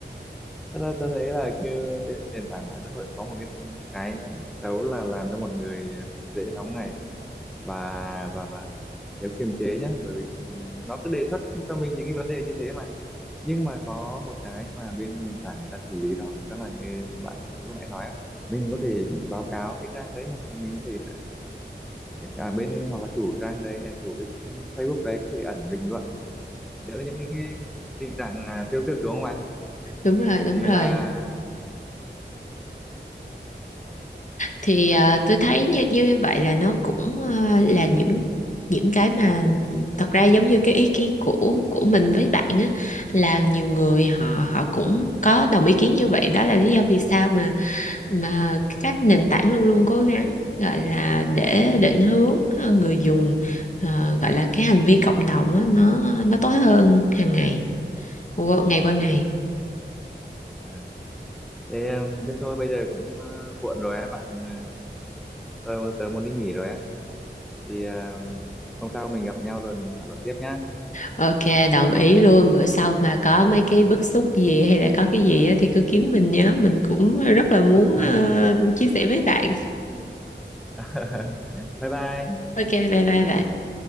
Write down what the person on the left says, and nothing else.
đúng rồi đúng
rồi
thì à, tôi thấy như như vậy là nó cũng à, là những những cái mà thật ra giống như cái ý kiến của của mình với bạn á là nhiều người họ họ cũng có đồng ý kiến như vậy đó là lý do vì sao mà mà các nền tảng luôn luôn cố gắng gọi là để định hướng ờ, người dùng ờ, gọi là cái hành vi cộng đồng á, nó nó tốt hơn hàng ngày qua- ngày qua ngày
ok đồng ý luôn bữa sau mà có mấy cái bức xúc gì hay là có cái gì á, thì cứ kiếm mình nhé mình cũng rất là muốn
ờ, chia sẻ với bạn
ok bye bye bạn